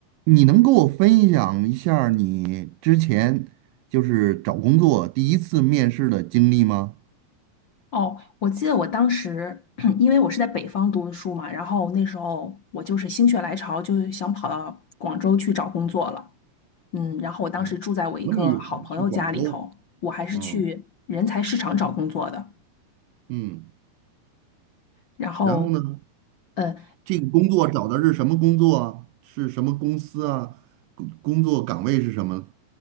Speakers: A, on the right; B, on the left.
A: 你能给我分享一下儿你之前就是找工作第一次面试的经历吗？
B: 哦，我记得我当时，<clears throat> 因为我是在北方读的书嘛，然后那时候我就是心血来潮，就是想跑到广州去找工作了。嗯，然后我当时住在我一个好朋友家里头，
A: 哦，那么远去广州，
B: 我还是去人才市场找工作的。
A: 嗯嗯，
B: 然后，
A: 然后呢，
B: 呃，
A: 这个工作找的是什么工作啊？是什么公司啊？工工作岗位是什么？